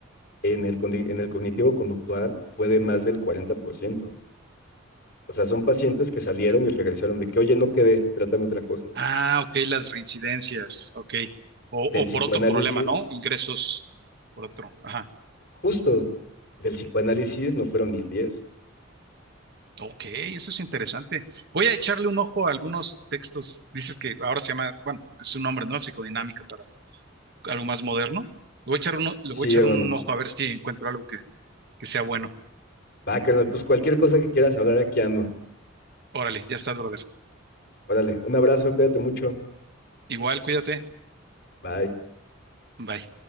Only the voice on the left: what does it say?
en el, condi- en el cognitivo conductual fue de más del cuarenta por ciento O sea, son pacientes que salieron y regresaron de que, oye, no quedé, trátame otra cosa.
Del
psicoanálisis,
justo, del psicoanálisis no fueron ni el 10.
Sí,
hermano.
Va, carnal, pues cualquier cosa que quieras hablar aquí ando.
Órale, un abrazo, cuídate mucho.
Bye.